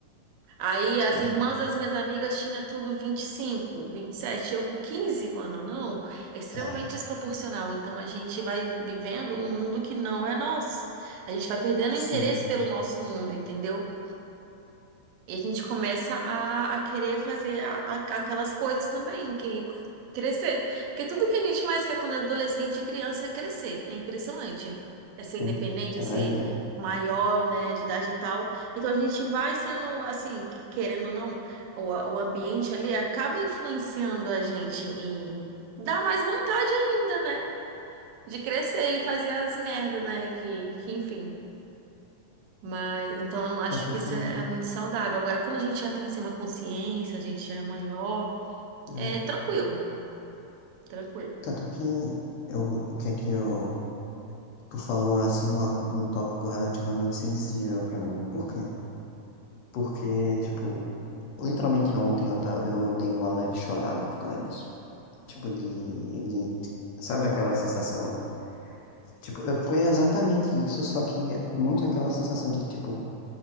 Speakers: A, on the right (about 85°); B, on the left (about 75°).
A: Aí
B: Sim,
A: as irmãs das minhas amigas tinha tudo vinte vinte e cinco, vinte e sete, eu com quinze mano, não. É extremamente
B: é,
A: desproporcional. Então a gente vai vivendo um mundo que não é nosso. A gente vai perdendo
B: sim,
A: interesse pelo nosso mundo, entendeu? E a gente começa a, a querer fazer a- a- aquelas coisas também, que crescer. Porque tudo que a gente mais quer quando é adolescente e criança é crescer. É impressionante. É ser
B: sim,
A: independente,
B: é
A: é ser
B: verdade.
A: maior, né, de idade e tal. Então a gente vai sendo, assim, querendo ou não, o, o ambiente ali acaba influenciando a gente em dar mais vontade ainda, né? De crescer e fazer as merdas, né? Que, que enfim. Mas então eu não acho
B: Tanto
A: que isso
B: que,
A: é, é muito saudável. Agora, quando a gente já tem assim uma consciência, a gente já é maior,
B: é,
A: é tranquilo, tranquilo.
B: tanto que eu, o que é que eu, tu falou assim num, a- num tópico relativamente sensível pra mim. Por quê? Porque, tipo, literalmente ontem eu, ta- eu dei uma leve chorada por causa disso. Tipo, de, de, sabe aquela sensação? Tipo, eu fui exatamente isso, só que muito aquela sensação de, tipo,